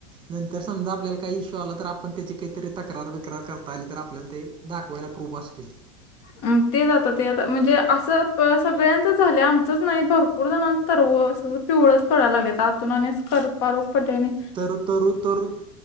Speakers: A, on the right; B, on the left.
A: नंतर समजा आपल्याला काही इश्यू आला तर आपण त्याची तक्रार बीक्रार करता आली तर आपल्याला ते दाखवायला प्रूप असतोय.
B: हम तेच आता ते आता म्हणजे असं सगळ्यांच झालं आम च नाही भरपूर जणांच तरव अस पिवळच पडयला लागलय आता आतून आणि करपारोग पडले आणि.
A: तर तरु तरु